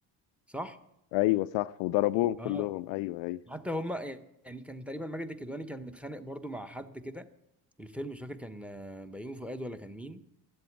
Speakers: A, in the centre; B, on the left.
A: صح؟
B: ايوه صح وضربوهم كلهم
A: اه
B: ايوه ايوه
A: حتى هما يعني كان تقريبا ماجد الكدواني كان متخانق برضو مع حد كده الفيلم مش فاكر كان آه، بيومي فؤاد ولا كان مين